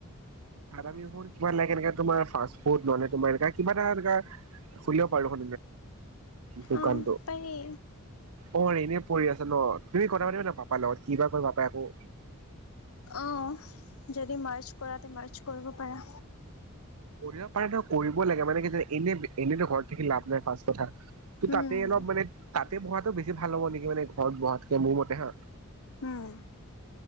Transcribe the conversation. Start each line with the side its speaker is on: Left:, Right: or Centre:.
Right: তাত আমি দে কিবা লে এনে তোমাৰ ফা ফুড মানে তোমাৰ এনে কিবা এটা এনো খুলিব পাৰো দোকান।
Left: অ', পাৰি
Right: অ', এনেই পৰি আছে ন' তুমি কথা পাতিবা না পাপাৰ লগত কি বা কয় পাপাই আকৌ।
Left: অ', যদি মাৰ্ছ কৰা তে মাৰ্চ কৰিব পাৰা।
Right: কৰিব পাৰে ন' কৰিব লাগে মানে কি এনে এনেতো ঘৰত থাকি লাভ নাই ফাৰ্ষ্ট কথা। ত' তাতে
Left: উম,
Right: অলপ মানে তাতে বহাতটো বেছি ভাল হ'ব নেকি মানে ঘৰত বহাতকে মোৰ মতে হা।
Left: উম,